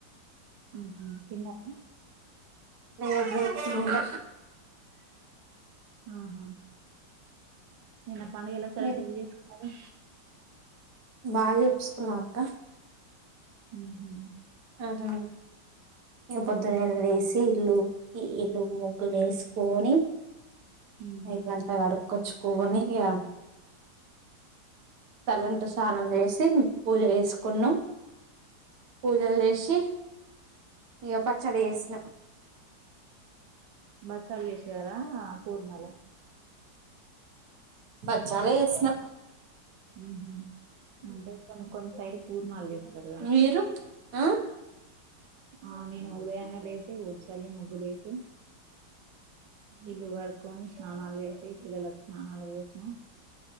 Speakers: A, on the right; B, on the right.
A: ఉహ్ హు తిన్నారా?
B: లేదు ఇప్పుడే వచ్చినం <inaudible>
A: ఆహా నిన్న పండగ ఎలా సెలెబ్రేట్
B: మీరు
A: చేసుకున్నారు?
B: బాగ చేసుకున్నాం. అక్క
A: ఉహ్ హు
B: ఆహా ఇగ పొద్దున్నే లేసి ఇల్లు ఇల్లు ముగ్గులేసుకొని
A: ఉ
B: బయటంతా కడు కొచ్చుకొని ఇగ తల్లంటు స్నానం చేసి పూజ చేసుకున్నాం పూజలు చేసి ఇగ పచ్చడి చేసినమ్
A: బచ్చల్ చేశారా పూర్ణాల
B: బచ్చాలే చేసినా
A: ఉహూ అంటే కొన్ని కొన్ని సైడ్ పూర్ణాలు చేస్తారుగా
B: మీరు ఆ
A: ఆ నేను ఉదయాన్నే లేేసి ఊడ్చిలే ముగ్గు లేేసి ఇల్లు కడుకొని స్నానాలు చేసి పిల్లలకు స్నానాల పోసినమ్.